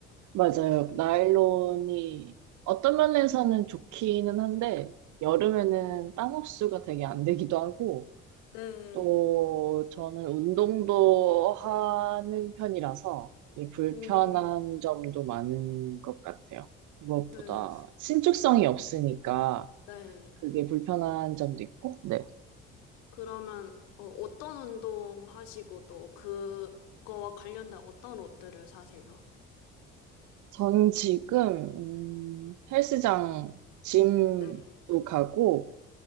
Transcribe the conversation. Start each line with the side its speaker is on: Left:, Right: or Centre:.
Right: 맞아요. 나일론이 어떤 면에서는 좋기는 한데, 여름에는 땀 흡수가 되게 안 되기도 하고,
Left: 네.
Right: 또 저는 운동도 하는 편이라서 이게 불편한
Left: 음,
Right: 점도 많은 것 같아요. 무엇보다
Left: 네,
Right: 신축성이 없으니까
Left: 네.
Right: 그게 불편한 점도 있고, 네.
Left: 그러면 어, 어떤 운동 하시고 또 그거와 관련된 어떤 옷들을 사세요?
Right: 저는 지금, 음, 헬스장, 짐도
Left: 네.
Right: 가고,